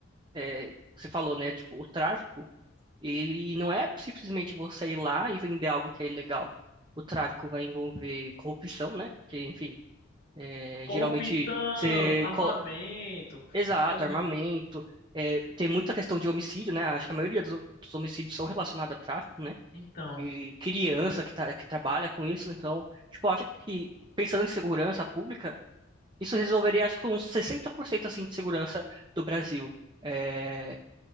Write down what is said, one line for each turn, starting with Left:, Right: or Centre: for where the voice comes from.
Right: é, você falou, né, tipo, o tráfico, ele não é simplesmente você ir lá e vender algo que é ilegal. O tráfico vai envolver corrupção, né? Porque, enfim, é,
Left: Corrupção,
Right: geralmente você...
Left: armamento,
Right: co- Exato,
Left: é, mu-
Right: armamento. é, tem muita questão de homicídio, né? Acho que a maioria dos, dos homicídios são relacionados a tráfico, né?
Left: então,
Right: E criança que, tá, que trabalha com isso. Então, tipo, eu acho que pensando em segurança pública, isso resolveria, acho que uns 60% assim de segurança do Brasil. É,